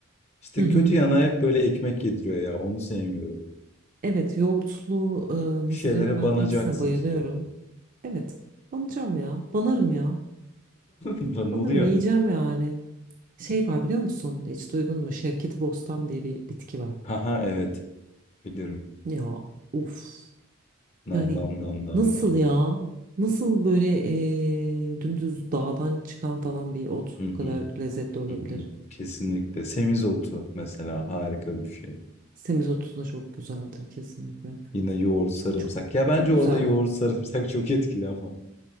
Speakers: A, on the left; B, on the right.
A: İşte
B: Hı hı
A: kötü
B: hı
A: yana
B: hı.
A: hep böyle ekmek yediriyor ya. Onu sevmiyorum.
B: Evet yoğurtlu e,
A: Bir
B: mezelerin
A: şeylere
B: ben
A: banacaksın
B: hepsine bayılıyorum.
A: sürekli.
B: Evet banacağım ya banarım ya.
A: <laughs> Banılıyor.
B: Sanırım yiyeceğim yani. Şey var biliyor musun? Hiç duydun mu? Şevketi Bostan diye bir bitki var.
A: Haha evet. Bilirim.
B: Ya uf.
A: Nam
B: Yani
A: nam nam nam
B: nasıl
A: nam.
B: ya? Nasıl böyle eee, dümdüz dağdan çıkan falan bir ot
A: Hı hı,
B: bu kadar lezzetli olabilir?
A: hı hı. Kesinlikle. Semizotu mesela harika bir şey.
B: Semizotu da çok güzeldir kesinlikle.
A: Yine yoğurt sarımsak.
B: Çok
A: Ya bence
B: çok
A: orada
B: güzel
A: yoğurt
B: ya.
A: sarımsak <laughs> çok etkili ama.